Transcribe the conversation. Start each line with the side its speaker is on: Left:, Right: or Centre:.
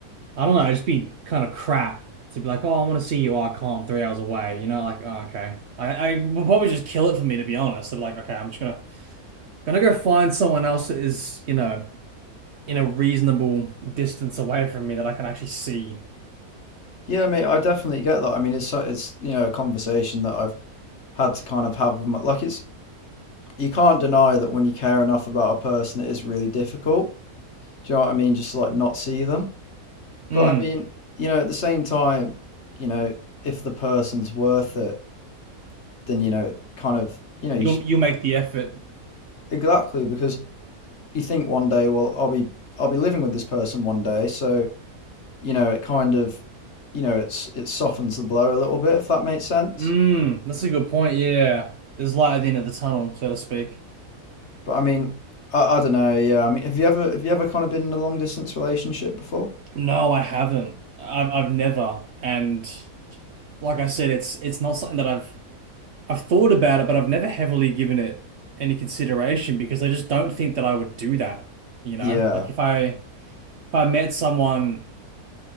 Right: I don't know, it'd just be kind of crap to be like, oh, I want to see you. Oh, I can't. I'm three hours away. You know, like, oh, okay. I, I would probably just kill it for me, to be honest. They'd be like, okay, I'm just gonna gonna go find someone else that is, you know, in a reasonable distance away from me that I can actually see.
Left: Yeah, mate, I definitely get that. I mean, it's so- it's you know a conversation that I've had to kind of have with my, like it's you can't deny that when you care enough about a person, it is really difficult. Do you know what I mean? Just to, like not see them.
Right: Mm,
Left: But I mean, you know, at the same time, you know, if the person's worth it, then you know, kind of, you know, you
Right: you'll
Left: just
Right: you'll make the effort.
Left: exactly because you think one day, well, I'll be I'll be living with this person one day, so you know, it kind of, you know, it's it softens the blow a little bit if that makes sense.
Right: Mm, that's a good point. Yeah, there's light at the end of the tunnel, so to speak.
Left: But I mean, I, I don't know. Yeah, I mean, have you ever have you ever kind of been in a long distance relationship before?
Right: No, I haven't. I've I've never. And like I said, it's it's not something that I've I've thought about it, but I've never heavily given it any consideration because I just don't think that I would do that. You know,
Left: Yeah,
Right: like if I if I met someone,